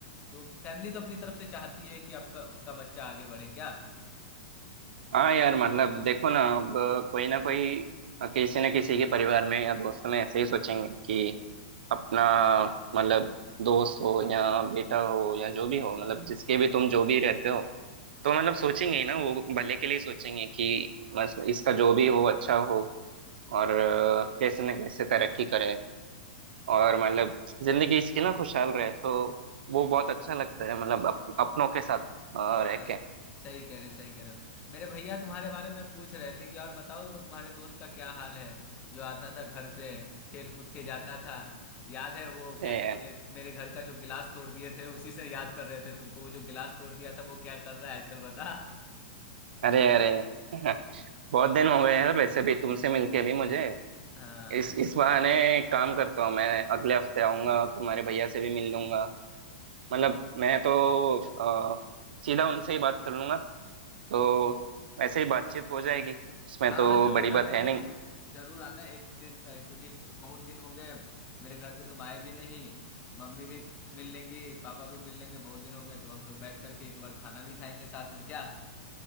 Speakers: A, on the left; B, on the right.
A: तो फैमिली तो अपनी तरफ से चाहती है कि आपका उसका बच्चा आगे बढ़े क्या
B: हाँ यार मतलब देखो ना अब कोई ना कोई किसी न किसी के परिवार में या दोस्तों में ऐसे ही सोचेंगे कि अपना मतलब दोस्त हो या बेटा हो या जो भी हो मतलब जिसके भी तुम जो भी रहते हो तो मतलब सोचेंगे ही ना वो भले के लिए सोचेंगे कि बस इसका जो भी हो अच्छा हो और अ, कैसे न कैसे तरक्की करे और मतलब जिंदगी इसकी ना खुशहाल रहे तो वो बहुत अच्छा लगता है मतलब अप, अपनों के साथ और
A: हाँ
B: रह के
A: सही कह रहे हो, सही कह रहे हो मेरे भैया तुम्हारे बारे में पूछ रहे थे कि और बताओ वो तुम्हारे दोस्त का क्या हाल है जो आता था घर पे खेल कूद के जाता था याद है वो क्या
B: अरे
A: कहते हैं मेरे घर का जो गिलास तोड़ दिए थे उसी से याद कर रहे थे तुमको वो जो गिलास तोड़ दिया था वो क्या कर रहा है आजकल बता
B: अरे अरे <laughs> बहुत दिन हो गए हैं वैसे भी तुमसे मिलके भी मुझे
A: हाँ
B: इस इस बहाने एक काम करता हूँ मैं अगले हफ्ते आऊंगा तुम्हारे भैया से भी मिल लूंगा मतलब मैं तो अ, सीधा उनसे ही बात कर लूंगा तो वैसे ही बातचीत हो जाएगी इसमें
A: हाँ
B: तो
A: हाँ जरूर
B: बड़ी बात
A: आना
B: है
A: यार
B: नहीं
A: बहुत जरूर आना एक दिन अ, क्योंकि बहुत दिन हो गए मेरे घर पे तुम आए भी नहीं मम्मी भी मिल लेंगी पापा भी मिल लेंगे बहुत दिन हो गए तो हम लोग बैठ करके एक बार खाना भी खाएंगे साथ में क्या